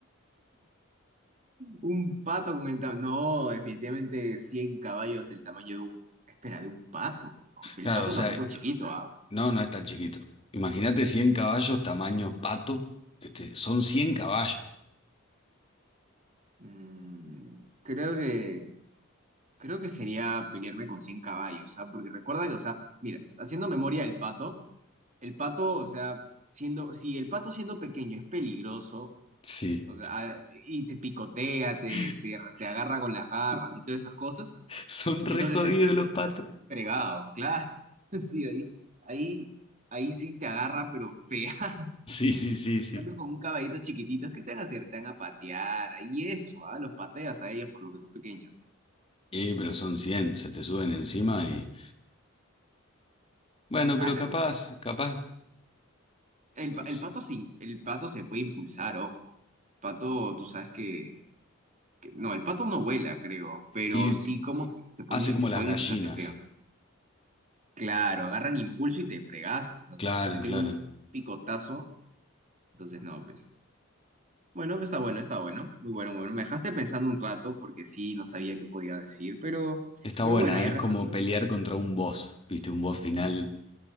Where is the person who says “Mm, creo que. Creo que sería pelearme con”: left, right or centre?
Right